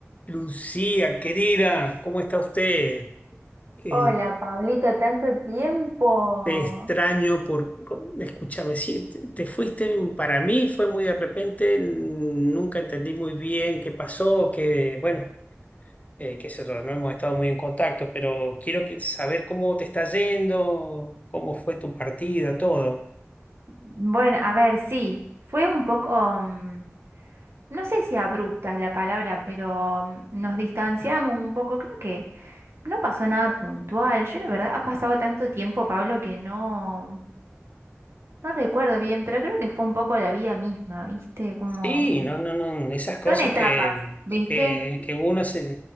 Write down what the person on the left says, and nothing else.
Lucía, querida, ¿cómo está usted? Eh,
te extraño por... Escúchame, sí, te, te fuiste, para mí fue muy de repente, nunca entendí muy bien qué pasó, que, bueno, eh, qué sé yo, no hemos estado muy en contacto, pero quiero que- saber cómo te está yendo, cómo fue tu partida, todo.
Sí, no, no, no, esas cosas
que,
que, que uno se